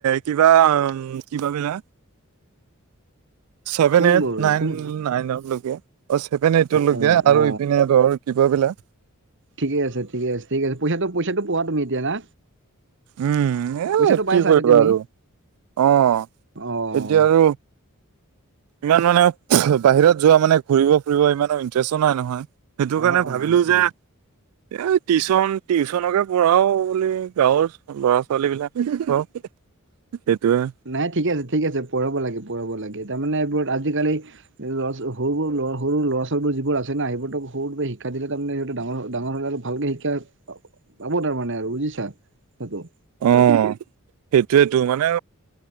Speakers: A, on the right; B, on the right.
A: কিবা কিবা বিলাক ছেভেন,
B: কোনবোৰ
A: এইট, নাইন,
B: কোন
A: নাইনক লৈকে, অ', ছেভেন, এইট লৈকে
B: অ
A: আৰু
B: অ
A: ইপিনে ধৰ কিবা বিলাক।
B: ঠিকে আছে। ঠিকে আছে। ঠিক আছে। পইচাটো, পইচাটো পোৱা তুমি এতিয়া না?
A: উম এ
B: পইচাটো পাই
A: কি
B: আছা
A: কৰিবা
B: এতিয়া তুমি?
A: আৰু অ
B: অ'।
A: এতিয়া আৰু ইমান মানে, বাহিৰত যোৱা মানে ঘুৰিব, ফুৰিব ইমানো ইন্টাৰেষ্টো নাই নহয়। সেইটোৰ
B: অ
A: কাৰণে
B: অ
A: ভাবিলোঁ
B: অ অ
A: যে এই টিউশচন, টিউশচনকে পঢ়াও বুলি গাঁৱৰ। ল'ৰা-ছোৱালী বিলাকক সেইটোয়ে।
B: নাই, ঠিকে আছে। ঠিক আছে। পঢ়াব লাগে, পঢ়াব লাগে। তাৰমানে এইবোৰত আজিকালি লৰা ছ সৰু সৰু লৰা সৰু লৰা ছোৱালীবোৰ যিবোৰ আছে না সেইবোৰতো সৰুতে শিক শিক্ষা দিলে তাৰমানে সিহঁতে ডাঙৰ ডাঙৰ হলে আৰু ভালকে শিক্ষা পাব তাৰ মানে আৰু বুজিছা সেইটো।
A: অ', সেইটোয়েতো মানে